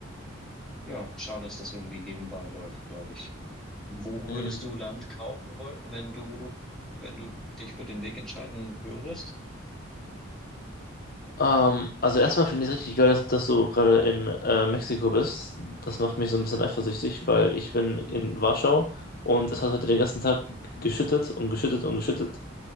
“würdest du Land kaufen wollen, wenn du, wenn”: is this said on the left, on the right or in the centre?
Centre